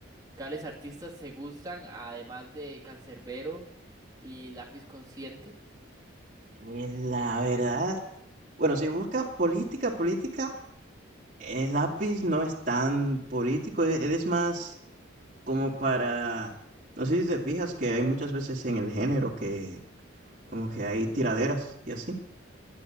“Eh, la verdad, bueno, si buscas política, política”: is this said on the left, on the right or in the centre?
Right